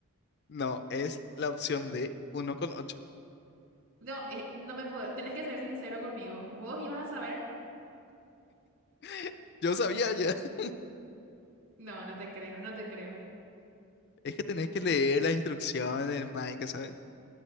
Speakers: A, on the left; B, on the right.
A: No, es la opción D, uno con ocho.
B: No, eh, no me puedo, tenés que ser sincero conmigo. ¿Vos ibas a saber?
A: <laughs> Yo sabía ya. <laughs>
B: No, no te creo, no te creo.
A: Es que tenés que leer las instrucciones, del Minecraft, ¿sabes?